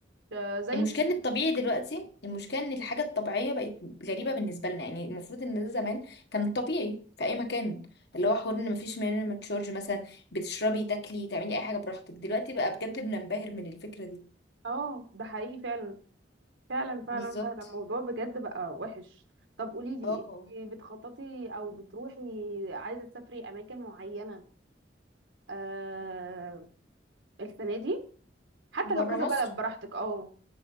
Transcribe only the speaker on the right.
آه، زي
اه ده حقيقي فعلا فعلا فعلا
فعلا الموضوع بجد بقى وحش طب قولي لي
انت بتخططي او بتروحي عايزه تسافري اماكن معينه آه السنه دي حتى
لو كذا
بلد براحتك اه